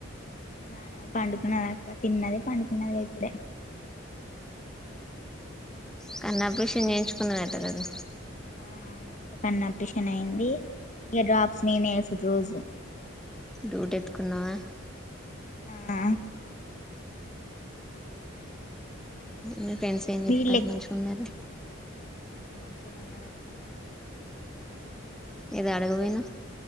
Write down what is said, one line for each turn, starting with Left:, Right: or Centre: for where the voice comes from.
Left: నాన్నమా పండుకున్నద అక్క తిన్నది పండుకున్నదిగా ఇప్పుడే
Centre: కను ఆపరేషన్ చేయించుకున్నారట కదా
Left: ఆ అవు నాక కన్న అపరేషన్ అయి్యంది ఇక డ్రాప్స్ నేనే వస్తుడు రోజు
Centre: <unintelligible> ఎత్తుకున్నావా
Left: ఆ
Centre: మీ ఫ్రెండ్స్ ఏం చెప్తారు
Left: మీల్లె
Centre: మంచిగా ఉన్నార
Left: ఆ మంచినే ఉన్నార అక్క
Centre: ఏదో అడగపోయినా